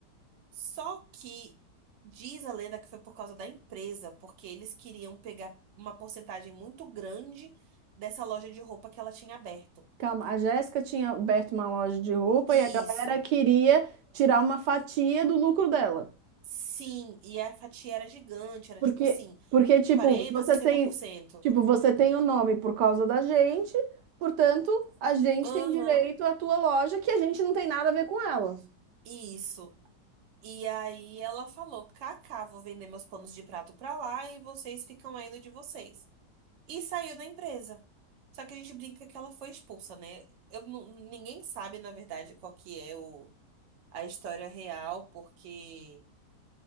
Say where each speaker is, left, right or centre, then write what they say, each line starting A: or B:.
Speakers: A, on the right; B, on the right.
A: Só que diz a lenda que foi por causa da empresa, porque eles queriam pegar uma porcentagem muito grande dessa loja de roupa que ela tinha aberto.
B: Calma. A Jéssica tinha aberto uma loja de roupa
A: Isso.
B: e a galera queria tirar uma fatia do lucro dela.
A: Sim, e a fatia era gigante, era
B: Porque,
A: tipo assim,
B: porque tipo,
A: 40,
B: se você
A: 60%.
B: tem, tipo, você tem o nome por causa da gente, portanto, a gente
A: Aham,
B: tem direito à tua loja que a gente não tem nada a ver com ela.
A: isso. E aí ela falou: Kaká, vou vender meus panos de prato pra lá e vocês ficam aí no de vocês. E saiu da empresa. Só que a gente brinca que ela foi expulsa, né? Eu, nu- ninguém sabe, na verdade, qual que é o, a história real, porque